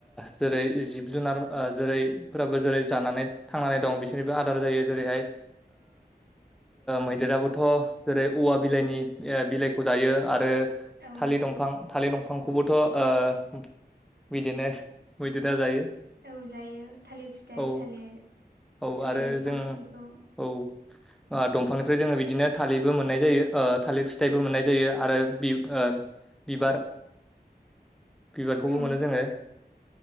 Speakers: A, in the centre; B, on the right.
A: जेरै जिब जुनार जेरैफोराबो जेरै जानानै थांनानै दं बिसोरनिबो आदार जायो जेरैहाय मैदेराबोथ' जेरै औवा बिलाइनि बिलाइखौ जायो आरो
B: औ
A: थालिर दंफां थालिर दंफांखौबोथ' ओ बिदिनो मैदेरा जायो।
B: औ जायो थालिर फिथाइ
A: औ
B: थालिर
A: औ
B: थालिर
A: आरो
B: बिफां
A: जों
B: बेखौ
A: औ दंफांनिफ्राय जोङो बिदिनो थालिरबो मोननाय जायो ओ थालिर फिथाइबो मोननाय जायो आरो बि बिबार बिबारखौबो
B: औ
A: मोनो जोङो‌।